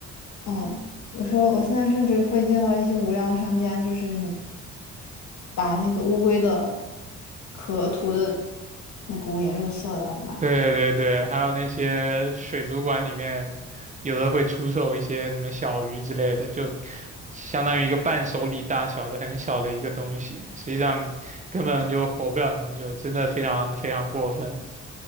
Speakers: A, on the left; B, on the right.
A: 嗯，我说我现在甚至会见到一些无良商家，就是把那个乌龟的壳涂的那个五颜六色的，然后卖。
B: 对对对，还有那些水族馆里面，有的会出售一些什么小鱼之类的，就相当于一个伴手礼大小的很小的一个东西，实际上根本就活不了很久，真的非常非常过分。